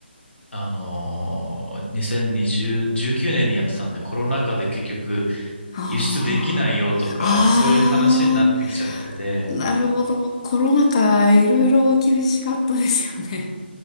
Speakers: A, on the left; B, on the left.
A: あのー、2020、19年にやってたんで、コロナ禍で結局
B: ああ、
A: 輸出できないよとか、そういう話になってきちゃってて、
B: ああ、なるほど。コロナ禍、いろいろ厳しかったですよね。